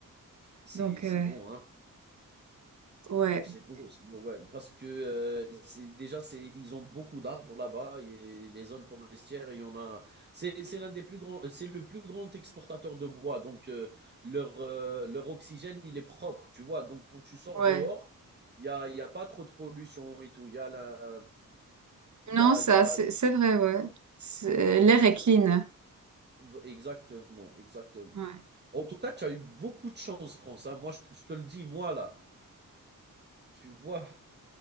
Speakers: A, on the right; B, on the right.
A: C'est,
B: Donc
A: c'est
B: euh,
A: bon, hein.
B: ouais,
A: C'est beau, c'est beau, ouais. Parce que euh, c'est déjà, c'est, ils ont beaucoup d'arbres là-bas et les zones forestières, il y en a. C'est, c'est l'un des plus grands, c'est le plus grand exportateur de bois. Donc euh, leur euh, leur oxygène, il est propre, tu vois. Donc quand tu sors
B: ouais.
A: dehors, il y a il y a pas trop de pollution et tout. Il y a la, il
B: Non,
A: y a
B: ça,
A: il y a
B: c'est c'est vrai, ouais. C'est-
A: donc
B: L'air est clean.
A: euh, v- exactement, exactement.
B: Ouais.
A: En tout cas, tu as eu beaucoup de chance, France. hein. Moi, je te je te le dis, moi là, tu vois.